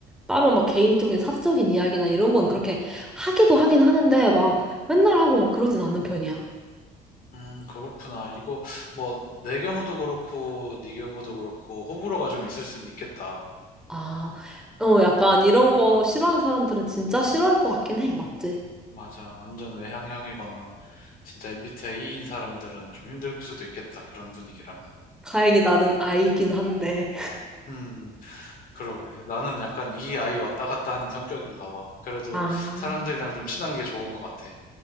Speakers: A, in the centre; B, on the left (about 55°).
A: 따로 막 개인적인 사적인 이야기나 이런 건 그렇게 하기도 하긴 하는데 막 맨날 하고 막 그러진 않는 편이야.
B: 음, 그렇구나. 이거, 뭐, 내 경우도 그렇고, 네 경우도 그렇고, 호불호가 좀 있을 수는 있겠다.
A: 아, 어, 약간 이런 거 싫어하는 사람들은 진짜 싫어할 것 같긴 해. 맞지?
B: 맞아. 완전 외향형이거나, 진짜 MBTI인 사람들은 좀 힘들 수도 있겠다. 그런 분위기라면.
A: 다행히 나는 아이긴 한데.
B: 음, 그러게. 나는 약간 이 아이 왔다 갔다 하는 성격인가 봐. 그래도
A: 아.
B: 사람들이랑 좀 친한 게 좋은 것 같아.